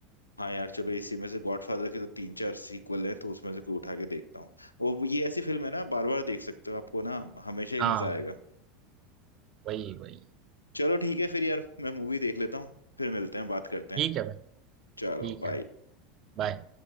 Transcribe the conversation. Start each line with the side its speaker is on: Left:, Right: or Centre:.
Left: हाँ यार चलो इसी में से गॉडफादर के तो तीन चार सीक्वल हैं तो उसमें से कोई उठा के देखता हूँ वो ये ऐसी फिल्म है ना बार बार देख सकते हो आपको ना हमेशा ही
Right: हाँ
Left: मजा आएगा
Right: वही वही
Left: चलो ठीक है फिर यार मैं मूवी देख लेता हूँ फिर मिलते हैं बात करते हैं
Right: ठीक है भाई
Left: चलो
Right: ठीक
Left: बाय
Right: है बाय